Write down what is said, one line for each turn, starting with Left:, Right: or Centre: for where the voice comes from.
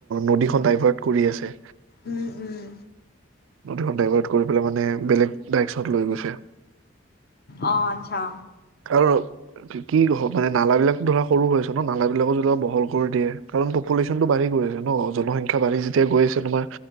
Right: নদীখন ডাইভাৰ্ট কৰি আছে।
Left: উম উম
Right: নদীখন ডাইভাৰ্ট কৰি পেলাই মানে বেলেগ ডাইকচত লৈ গৈছে।
Left: অ', আচ্ছা।
Right: আৰু কিনো হ'ব মানে নালাবিলাক ধৰা সৰু হৈছে ন, নালবিলাকো বহল কৰি দিয়ে, কাৰণ ত পলিচনতটো বাঢ়ি গৈছে ন, জনসংখ্যা বাঢ়ি যেতিয়া গৈ আছে তোমাৰ